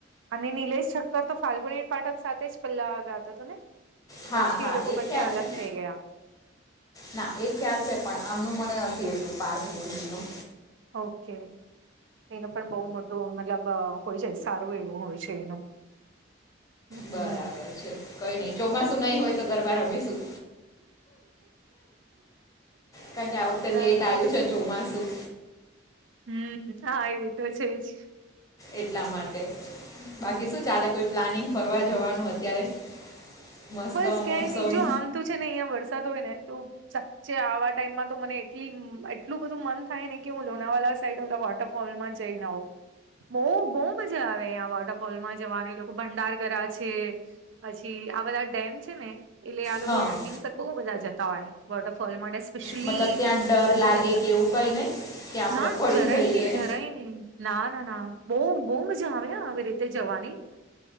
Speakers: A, on the right (about 80°); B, on the left (about 20°).
A: અને નિલેશ છઠક્કર તો ફાલ્ગુની પાઠક સાથે જ પલ્લા ગયા હતો હતો ને
B: હા
A: પછી
B: હા
A: એ લોકો બંને
B: ખ્યાલ
A: અલગ
B: છે
A: થઈ ગયા
B: ના એ ખ્યાલ છે પણ આમનું મને નથી એટલું પારથ બોનું
A: ઓકે એનું પણ બહુ મોટું મતલબ હોય છે સારું એવું હોય છે એનું હમ
B: બરાબર છે કઈ નઈિ ચોમાસું નહી હોય તો ગરબા રમીશું કારણ કે આ વખતે
A: ના
B: લેટ
A: ના
B: આવ્યું છે ચોમાસું
A: હમ હા એવી તો છે જ
B: એટલા માટે બાકી શું ચાલે કોઈ પ્લાનિંગ ફરવા જવાનું અત્યારે મસ્ત
A: બસ ક્યાંય
B: મોસમ
A: નહી જો આમ તો છે ને અહંયા વરસાદ હોય ને તો સાચ્ચે આવા ટાઈમમાં તો મને એટલી એટલું બધું મન થાય ને કે હું લોનાવાલા સાઈડ ઓલા વોટર ફલમાં જઈ નવ બહ બહુ મજા આવેયા વોટરફોલમાં જવાની લોકો ભંડાર કર્યા છે પછી આ બધા ડેમ છે ને એટલે આ લોકો
B: હા
A: ટ્રેકિંગ પર બહુ બધા જતા હોય વોટરફોલ માટે કછલી
B: મતલબ ત્યાં ડર લાગે
A: જતા
B: કે એવું કંઈ નહીં કે આપણે
A: ના
B: પડી
A: જરાય
B: જઈએ
A: નહી જરાય નહી ના ના ના બહ બહ મજા આવે આવી રીતે જવાની